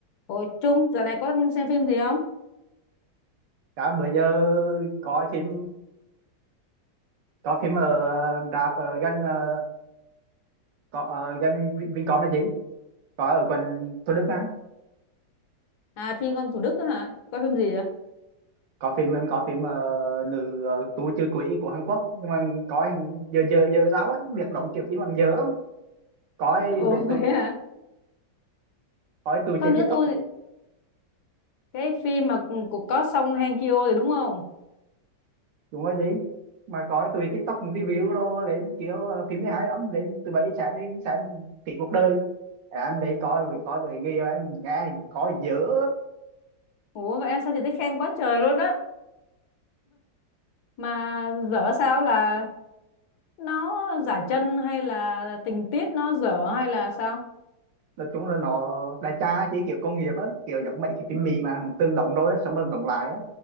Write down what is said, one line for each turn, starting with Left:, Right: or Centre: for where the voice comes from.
Left: Ôi Trung, dạo này có xem phim gì không?
Right: cả bữa giờ có phim có phim ở ờ, rạp ở gần ờ, có ở gần Vin- Vincom này chị có ở quận Thủ Đức á
Left: À phim con Thủ Đức đó hả? Coi phim gì vậy?
Right: có phim em có phim ờ, nữ ờ, tù trừ quỷ của Hàn Quốc nhưng mà có giờ giờ giờ giáo ấy việc động kiểu chỉ bằng giờ lắm có
Left: Ồ
Right: mẹ
Left: <laughs> vậy
Right: tụi
Left: hả?
Right: có tụi
Left: Coi
Right: trên
Left: nữa
Right: TikTok
Left: tôi cái phim mà c- của có Song Hye Kyo rồi đúng không?
Right: đúng rồi chị mà có tụi TikTok review đồ lên kiểu ờ, phim mới hay lắm lên từ bảy giờ sáng đến sáng tỷ cuộc đời À, em đến coi rồi coi với người yêu em nghe có dở
Left: Ủa vậy em sao chị thấy khen quá trời luôn á. Mà dở sao là nó giả chân hay là tình tiết nó dở hay là sao?
Right: nói chung là nó đại trà chỉ kiểu công nghiệp á kiểu giống mấy cái phim Mỹ mà hàng tương đóng rồi á xong rồi đóng lại á